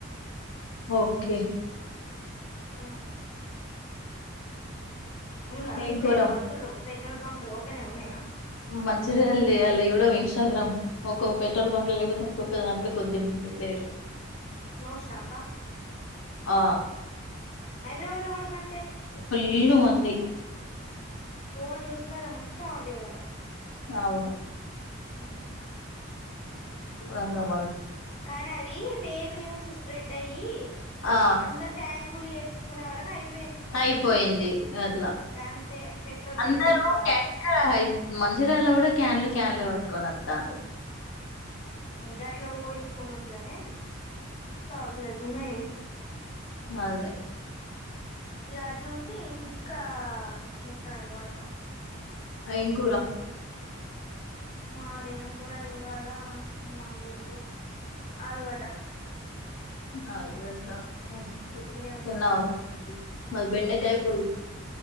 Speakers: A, on the left; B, on the left.
A: ఓకే
B: ఉమ్ వుందా
A: ఏం
B: మీ సైడ్
A: కూర?
B: బంకులు పెట్రోల్ బంక్లు ఓపెన్ లో ఉన్నాయా
A: మంచిదళ్ లే వాళ్ళ ఇవిడ ఇన్స్టాగ్రామ్ ఒక పెట్రోల్ బంక్ లేకపోతే ఇంకొక దాంట్లో కొద్ది మంది లేరు
B: నో స్టాకా
A: ఆ!
B: హైదరాబాద్ లో గూడ గంతే
A: ఫుల్లు మంది.
B: ఓ న్యూస్లాలా మొత్తం అవే గద
A: అవును
B: ఉమ్
A: రంగం
B: కానాది ఫేక్ న్యూస్ స్ప్రెడ్ అయ్యి
A: ఆ!
B: అందరు ట్యాంక్ఫుల్ ఏపీత్ చుకునే వరక్ అయ్ పి
A: అయిపోయింది అట్లా
B: అంతే పెట్రోల్
A: అందరుూ
B: లేక ఏం కాదు
A: క్యాన్ మంజిరల కూడా క్యాన్లు క్యాన్లే కొనోతండ్రు
B: ఉమ్ గట్లా ఊహించుకున్నట్లనే స్టాక్ లేకుండా అయ్
A: అదే
B: ఇగ అది చూసి ఇంకా మొత్తం ఎగబడతాను
A: అయంకూరా
B: మాదేంకుర ఇవళ మార్నింగ్ ఆలుగడ్డ
A: ఆల్లుగడ్డ చేసుకున్నాము
B: మీదేం కూర
A: మస్బెడ్ నా కాయ పో